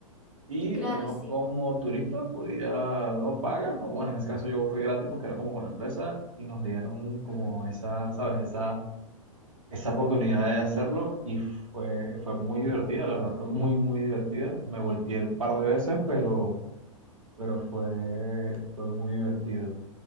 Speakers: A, on the right; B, in the centre.
A: Y
B: Claro,
A: uno
B: sí.
A: como turista podía, no paga, o bueno, en ese caso yo fue gratis porque era como con la empresa y nos dieron como
B: ujú.
A: esa, ¿sabes? Esa, esa oportunidad de hacerlo y fue, fue muy divertida, la verdad, fue muy, muy divertida. Me volteé un par de veces, pero, pero fue, fue muy divertido.